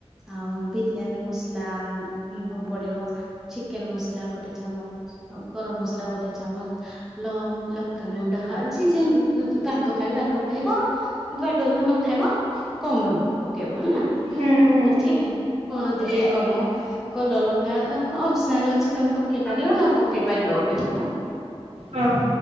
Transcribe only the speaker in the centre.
ଆଉ ବିରିୟାନୀ ମସଲା ଆଉ ଲୁଣ ପଡିବ ଚିକେନ ମସଲା ଗୋଟେ ଚାମଚ ଆଉ ଗରମ ମସଲା ଗୋଟେ ଚାମଚ। ଲ ଲଙ୍କାଗୁଣ୍ଡ ହଲ୍ ଯି ଜିନ୍ ଯେ ରାଗ ଖାଏ ରାଗ ଖାଇବ ରାଗ ଯଦି ନ ଖାଇ ଖାଇବ କମ ର ପକେଇବ ହେଲା
<unintelligible>
ହଳଦୀ ଟିକେ କମ କଲର ଲଙ୍କା ଆ ହଁ ଅପ୍ସନାଲ୍ ଅଛି ତମେ ପକେଇ ପାରିବ ନ ପକେଇ ପାରିବ ବି ହେଲା।